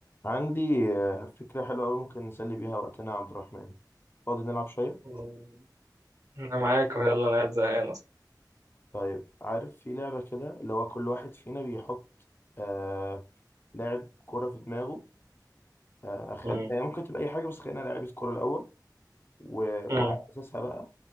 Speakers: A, on the left; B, on the right.
A: عندي آه، فكرة حلوة أوي ممكن نسلي بيها وقتنا يا عبد الرحمن فاضي نلعب شوية؟
B: مم. انا معاك يلا انا قاعد زهقان اصلا
A: طيب عارف في لعبة كده اللي هو كل واحد فينا بيحط آه لاعب كرة في دماغه آه خل...
B: مم.
A: يعني ممكن تبقى أي حاجة بس خلينا لاعيبة كرة الأول و...
B: مم.
A: وعلى أساسها بقى